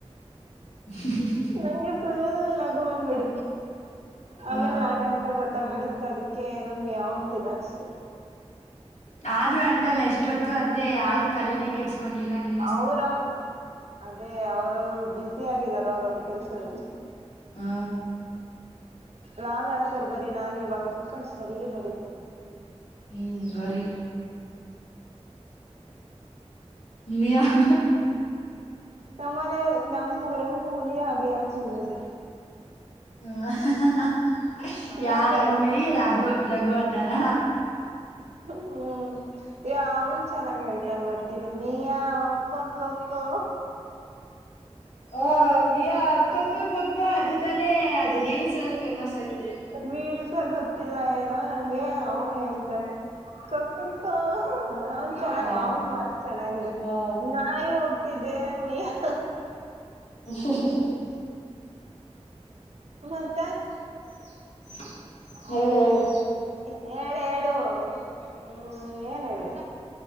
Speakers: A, on the left; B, on the right.
A: <unintelligible>
B: ನಂಗೆ ಫುಲ್ ನಗು ಬಂದ್ಬಿಡ ಆಮೇಲೆ
A: ಆ
B: ನಾನೇ ಅಂತ ಗೊತ್ತಾಗ್ಬಿಡುತ್ತ ಅದಕ್ಕೆ ಏನು ಮ್ಯಾವ್ ಅಂತೀನಿ ಅಷ್ಟೆ
A: ಆದ್ರೂ ಅಂದಲ್ಲ ಎಷ್ಟೊತ್ತು ಅಂದೇ ಯಾರು ತಲೆನೆೇ ಕೆಡಿಸಿಕೊಳಿಲ ಕಣಲಿಲ್ಲ ನೀ
B: ಅವರವ ಅದೇ ಅವ್ರವ್ರು ಬ್ಯುಸ ಆಗಾರ ಅವರವ್ರ ಕೆಲ್ಸದಲ್ಲಿ
A: ಹಾ
B: ಲಾಂಗ್ ಆನ್ಸರ್ ಬರಿ ನಾನು ಇವಾಗ ಕುತ್ಕೊಂಡು ಸರಿ ಬರೀತೀನಿ
A: ಹ್ ಬರಿ ಮ್ಯಾ ಹಾ
B: ನಮ್ಮಲೆ ನಮ್ಮ್ೂಊರಲ್ ಹುಲಿ ಆಗೆ ಕೂಗೋಧು
A: ಹ ಯಾರ
B: ನಾಯಿ
A: ಹುಳಿ ರಘು ರಘು ಅನ್ನಾನ
B: ಹ್ಮ್ ಯ ಅವನ್ ಚೆನ್ನಾಗಿ ಹೇಳ್ತಾನ ಮತ್ತೆ ಇದು ಮಿಯಾವ್ ಕೋಕೋ
A: <unintelligible> ಹ ಮಿಯಾ ಅಗ್ಗಗ್ಗಗ್ಗಗ್ಗ ಅದು ತಾನೇ ಅದ್ ರೀಲ್ಸ್ ಅಲ್ಲಿ ಫೇಮಸ್ ಆಗಿದೆ
B: ರೀಲ್ಸ ಗೊತ್ತಿಲ್ಲ ಏನೋ ನಂಗೆ ಅವನು ಹೇಳ್ತನ ಕಕ್ಕಕ್ಕ ಅವನ್ ಚೆನ್ನಾಗ
A: ಹಾ
B: ಅವನ್ ವಾಯಸ್ ಚೆನ್ನಾಗಿದೆ
A: ಹಾ
B: ನೋಗ ಇದೆ ಮಿಯಾ
A: ಹ ಹ <unintelligible>
B: ಮತ್ತೆ
A: <unintelligible>
B: ಹಾ
A: ಹೇಳು ಹೇಳು
B: ಹೇಳ ಹೇಳು ಹ್ಮ ಏನ್ ಹೇಳಿ